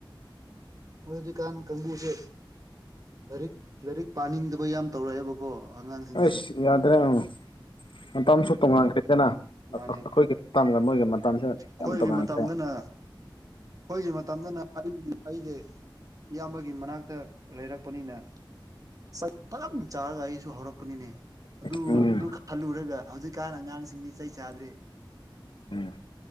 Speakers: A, on the right; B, on the left.
A: ꯃꯣꯏ ꯍꯧꯖꯤꯛꯀꯥꯟ ꯀꯥꯡꯕꯨꯁꯦ ꯂꯥꯏꯔꯤꯛ ꯂꯥꯏꯔꯤꯛ ꯄꯥꯅꯤꯡꯗꯕ ꯌꯥꯝ ꯇꯧꯔꯛꯑꯦꯕꯀꯣ ꯑꯉꯥꯡꯖꯤꯡꯖꯦ
B: ꯑꯩꯁ ꯌꯥꯗ꯭ꯔꯦ ꯎꯝ ꯃꯇꯝꯁꯨ ꯇꯣꯉꯥꯟꯈ꯭ꯔꯦꯗꯅ
A: ꯃꯥꯅꯦ
B: ꯑ ꯑ ꯑꯈꯣꯏꯒꯤ ꯃꯇꯝꯒ ꯃꯣꯏꯒꯤ ꯃꯇꯝꯁꯤꯒ
A: ꯑꯩꯈꯣꯏꯒꯤ
B: ꯌꯥꯝ ꯇꯣꯉꯥꯟꯈ꯭ꯔꯦ
A: ꯃꯇꯝꯗꯅ ꯑꯩꯈꯣꯏꯒꯤ ꯃꯇꯝꯗꯅ ꯑꯩ ꯑꯩꯗꯤ ꯏꯌꯥꯝꯕꯒꯤ ꯃꯅꯥꯛꯇ ꯂꯩꯔꯛꯄꯅꯤꯅ ꯆꯩ ꯐꯖꯟ ꯆꯥꯔꯒ ꯑꯩꯁꯨ ꯍꯧꯔꯛꯄꯅꯤꯅꯦ ꯑꯗꯨ
B: ꯎꯝ
A: ꯑꯗꯨ ꯈꯜꯂꯨꯔꯒ ꯍꯧꯖꯤꯛꯀꯥꯟ ꯑꯉꯥꯡꯁꯤꯡꯗꯤ ꯆꯩ ꯆꯥꯗ꯭ꯔꯦ
B: ꯎꯝ